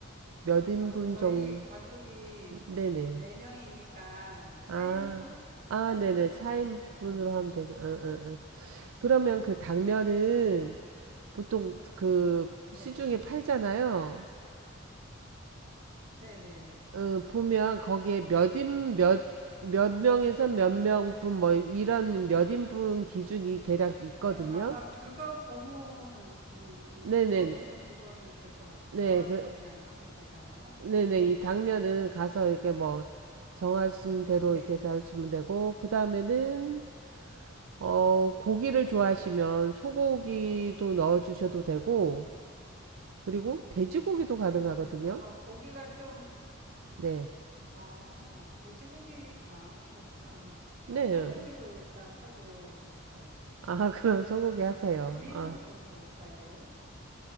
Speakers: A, on the right (about 70°); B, on the right (about 50°).
A: 몇
B: 어,
A: 인분
B: 저희
A: 정도,
B: 가족이 네명이니까
A: 네네.
B: 4인분?
A: 아, 아,
B: 4인분
A: 네네.
B: 정도
A: 4인분으로
B: 생각하면
A: 하면
B: 되실
A: 되게,
B: 것 같아요.
A: 응, 응, 응. 그러면 그 당면은 보통 그
B: 네,
A: 시중에 팔잖아요.
B: 네, 네.
A: 응, 보면 거기에 몇 인, 몇, 몇 명에서 몇 명분 뭐 이런 몇 인분 기준이 대략 있거든요.
B: 예, 아마 그거 보면, 음,
A: 네네네.
B: 음, 그거 보면 그거는 될 것 같아요.
A: 네,
B: 사와서
A: 그,
B: 그냥 하면 되잖아요.
A: 네네. 이 당면은 가서 이렇게
B: 네네.
A: 뭐 정하신 대로
B: 네네.
A: 이렇게 잡으시면 되고, 그 다음에는 어, 고기를 좋아하시면 소고기도 넣어 주셔도 되고, 그리고 돼지고기도 가능하거든요.
B: 음, 아마 고기가 좀,
A: 네.
B: 아, 돼지고기, 아, 그렇구나.
A: 네.
B: 아니, 소고기로 일단 해보고 싶어요.
A: 아, <laughs> 그럼 소고기 하세요.
B: 부위는
A: 아.
B: 어떤 거 사야 돼요?